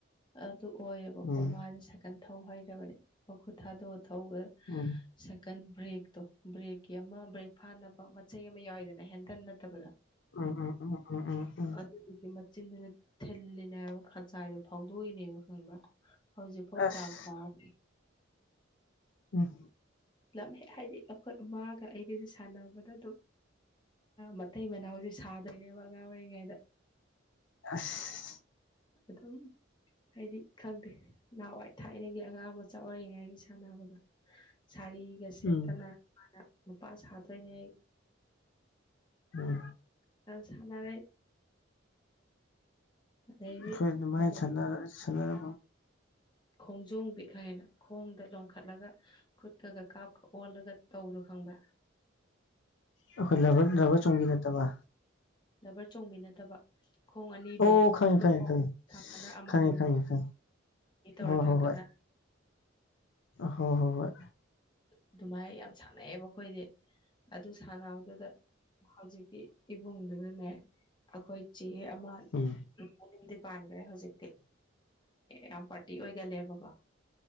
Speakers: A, on the left; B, on the left.
A: ꯑꯗꯨ ꯑꯣꯏꯌꯦꯕꯀꯣ
B: ꯎꯝ
A: ꯃꯥꯁꯦ ꯁꯀꯟ ꯊꯧ ꯍꯩꯔꯕꯅꯦ ꯃꯈꯨꯠ ꯊꯥꯗꯣꯛꯑ ꯊꯧꯕ
B: ꯎꯝ
A: ꯁꯦꯀꯟ ꯕ꯭ꯔꯦꯛꯇꯣ ꯕ꯭ꯔꯦꯛꯀꯤ ꯑꯃ ꯕ꯭ꯔꯦꯛ ꯐꯥꯅꯕ ꯆꯩ ꯑꯃ ꯌꯥꯎꯋꯤꯗꯅ ꯍꯦꯟꯗꯟ ꯅꯠꯇꯕꯗ
B: ꯎꯝ ꯎꯝ ꯎꯝ ꯎꯝ ꯎꯝ ꯎꯝ ꯎꯝ
A: ꯑꯗꯨꯗꯨꯒꯤ ꯆꯤꯟꯗꯨꯅ ꯊꯤꯜꯂꯤꯅꯦ ꯍꯥꯏꯕ ꯈꯖꯥꯏꯗꯣ ꯐꯥꯎꯗꯣꯛꯏꯅꯦꯕ ꯈꯪꯕ꯭ꯔꯥ ꯍꯧꯖꯤꯠꯐꯧ
B: ꯑꯁ
A: ꯗꯥꯛ ꯇꯔꯥ
B: <unintelligible>
A: ꯂꯝꯍꯦꯛ ꯍꯥꯏꯗꯤ ꯑꯩꯈꯣꯏ ꯃꯥꯒ ꯑꯩꯒꯁꯦ ꯁꯥꯟꯅꯕꯗ ꯑꯗꯨꯝ ꯃꯇꯊꯩ ꯃꯅꯥꯎꯁꯦ ꯁꯥꯗꯣꯏꯅꯦꯕ ꯑꯉꯥꯡ ꯑꯣꯏꯔꯤꯉꯩꯗ
B: ꯑꯁ
A: ꯑꯗꯨ ꯑꯗꯨꯝ ꯍꯥꯏꯗꯤ ꯈꯪꯗꯦ ꯅꯍꯥꯟꯋꯥꯏ ꯊꯥꯏꯔꯤꯉꯒꯤ ꯑꯉꯥꯡ ꯃꯆꯥ ꯑꯣꯏꯔꯤꯉꯩꯒꯤ ꯁꯥꯟꯅꯕꯗꯣ ꯁꯥꯔꯤꯒ ꯁꯦꯠꯇꯅ
B: ꯎꯝ
A: ꯃꯥꯅ ꯅꯨꯄꯥ ꯁꯥꯗꯣꯏꯅꯦ
B: ꯑꯣ
A: ꯆ ꯆꯗ ꯑꯗꯩꯗꯤ
B: ꯑꯩꯈꯣꯏ ꯑꯗꯨꯃꯥꯏ
A: ꯑꯃ
B: ꯁꯅꯔ ꯁꯥꯟꯅꯔ
A: ꯈꯣꯡꯖꯣꯝ ꯄꯛ ꯈꯪꯉꯤꯅ ꯈꯣꯡꯗ ꯂꯣꯈꯠꯂꯒ ꯈꯨꯠꯀꯒ ꯀꯥꯞꯀ ꯑꯣꯜꯂꯒ ꯇꯧꯗꯣ ꯈꯪꯕ꯭ꯔ
B: ꯑꯩꯈꯣꯏ ꯂꯕ ꯆꯣꯡꯕꯤ ꯅꯠꯇꯕ
A: ꯗꯕꯔ ꯆꯣꯡꯕꯤ ꯅꯠꯇꯕ ꯈꯣꯡ ꯑꯅꯤꯗꯣ
B: ꯑꯣ
A: ꯑꯩꯈꯣꯏ
B: ꯈꯪꯉꯦ ꯈꯪꯉꯦ
A: ꯈꯣꯡ
B: ꯈꯪꯉꯦ
A: ꯊꯗꯅ ꯑꯃꯃꯝ
B: ꯈꯪꯉꯦ ꯈꯪꯉꯦ ꯈꯪꯉꯦ
A: ꯇꯧꯔ
B: ꯍꯣꯏ
A: ꯊꯥꯡꯒꯠꯅ
B: ꯍꯣꯏ ꯍꯣꯏ ꯍꯣꯏ ꯍꯣꯏ
A: ꯑꯗꯨꯃꯥꯏꯅ ꯌꯥꯝ ꯁꯥꯟꯅꯩꯑꯦꯕ ꯑꯩꯈꯣꯏꯗꯤ ꯑꯗꯨ ꯁꯥꯟꯅꯕꯗꯨꯗ ꯍꯧꯖꯤꯛꯀꯤ ꯏꯕꯨꯡꯗꯨꯅꯅꯦ ꯑꯩꯈꯣꯏ ꯆꯦ ꯑꯃ
B: ꯎꯝ
A: ꯃꯅꯤꯗꯤ ꯄꯥꯟꯈ꯭ꯔꯦ ꯍꯧꯖꯤꯛꯇꯤ ꯌꯥꯝ ꯄꯥꯔꯇꯤ ꯑꯣꯏꯒꯜꯂꯦꯕꯀꯣ